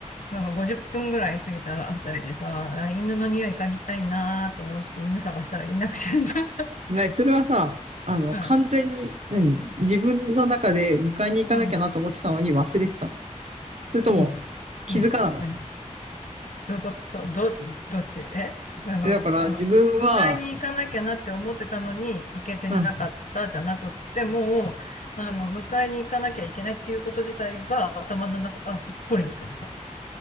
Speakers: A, on the left; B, on the right.
A: なんか50分ぐらい過ぎたらあたりでさ、あ犬の匂い嗅ぎたいなーと思って犬探したらいなくてさ、<laughs>
B: ね、それはさ、あの、
A: うん、
B: 完全に、何自分の中で迎えに行かなきゃなと思ってたのに忘れてたの。
A: うん、
B: それとも気づかなかった。
A: うん、うん、はいどういうことど、どっちえあの、
B: えだから自分は、
A: あの、迎えに行かなきゃなって思ってたのに、行けてなかったじゃなくって、
B: うん。
A: もう、あの、迎えに行かなきゃいけないっていうこと自体が頭の中からすっぽり抜けてた。